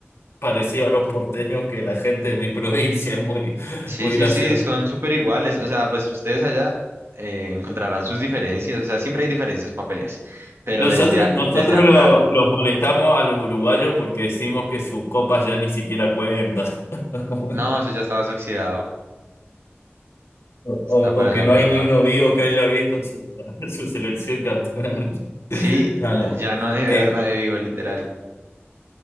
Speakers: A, on the left; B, on the right.
A: parecidos a los porteños que la gente de mi <laughs> provincia. Es muy,
B: Sí,
A: muy
B: sí,
A: gracioso.
B: sí, son súper iguales. O sea, pues ustedes allá eh, encontrarán sus diferencias. O sea, siempre hay diferencias para pelearse. Pero
A: Nosotros,
B: desde, a-
A: nosotros
B: desde acá,
A: lo- los molestamos a los uruguayos porque decimos que sus copas ya ni siquiera cuentan, <laughs> Como-
B: no, eso ya está más oxidado.
A: o,
B: Está por
A: o
B: allá
A: que
B: guardado.
A: no hay ni uno vivo que haya visto su, <laughs> su selección campeona. del mundo. <laughs>
B: Sí, n-
A: No, no,
B: ya
A: pero,
B: no debe
A: eh,
B: haber nadie vivo, literal.